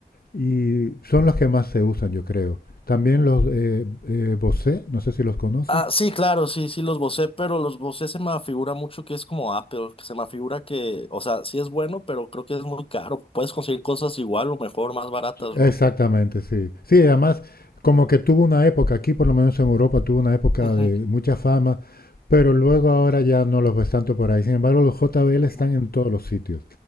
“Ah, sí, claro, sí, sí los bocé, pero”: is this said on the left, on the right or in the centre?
Left